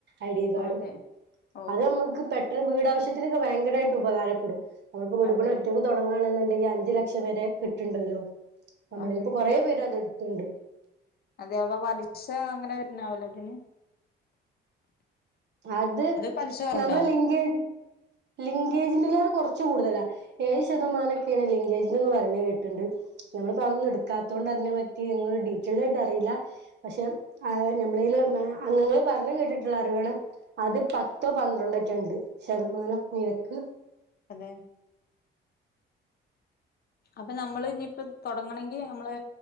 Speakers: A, on the right; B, on the left.
A: ഐ ഡി കാർഡ്
B: അതെ ഓ
A: അത് നമ്മക്ക് പെട്ടെന്ന് വീടാവശ്യത്തിനൊക്കെ ഭയങ്കരായിട്ട് ഉപകാരപ്പെടും. നമ്മള്പ്പോ വീട്
B: അതെ
A: പണി ഒറ്റക്ക് തൊടങ്ങാണ് ന്ന്ണ്ടെങ്കിൽ അഞ്ച് ലക്ഷം വരെ കിട്ട്ണ്ടല്ലോ നമ്മളിപ്പോ
B: അതെ
A: കൊറേ പേര് അത് എടുത്തുണ്ട്.
B: അതെ വ വലിശ അങ്ങനെ വരുന്നാവലോതിന്?
A: അത്
B: പലിശ
A: നമ്മളെ
B: ഉണ്ടോ
A: ലിംഗേ ലിംഗേജ്ന്റെലേറെ കൊറച്ച് കൂടുതലാ. ഏഴ് ശതമാനക്കെയാണ് ലിംഗേജിന് പറഞ്ഞേ കേട്ട്ണ്ട്. നമ്മളിപ്പ അതൊന്നും എട്ക്കാത്തോണ്ട് അതിനെ പറ്റി ഇങ്ങനെ ഡീറ്റെയിലായിട്ട് അറിയില്ല. പക്ഷെ അഹ് നമ്മളേല്ള്ള മ അംഗങ്ങള് പറഞ്ഞ് കേട്ടിട്ടുള്ള അറിവാണ്. അത് പത്തോ പന്ത്രണ്ടോറ്റെ ഇണ്ട് ശതമാനം നിരക്ക്.
B: അതെ അപ്പ നമ്മള് ഇഞ്ഞിപ്പ തൊടങ്ങണങ്കി നമ്മള്